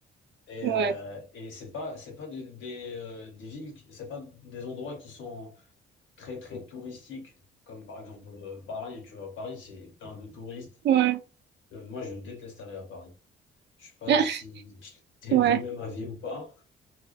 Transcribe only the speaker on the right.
Ouais,
ouais,
<laughs>
ouais.